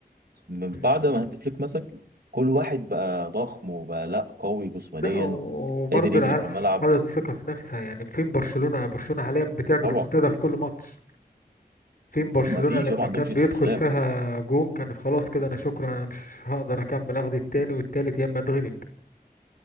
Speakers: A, on the right (about 70°); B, on the left (about 60°).
A: من
B: مم.
A: بعد ما هانز فليك مسك كل واحد بقى ضخم وبقى لا قوي جسمانيا
B: لا و- وبرضه
A: قادر يجري
B: العيال
A: في
B: خدت
A: الملعب
B: ثقة في نفسها يعني فين برشلونة برشلونة حاليا بتعمل
A: طبعا
B: ريمونتادا في كل ماتش فين برشلونة
A: ما فيش
B: لما
A: ما عندهمش
B: كان
A: استسلام
B: بيدخل فيها جون كان خلاص كده أنا شكرا أنا مش هقدر أكمل أخد التاني والتالت يا إما أتغلب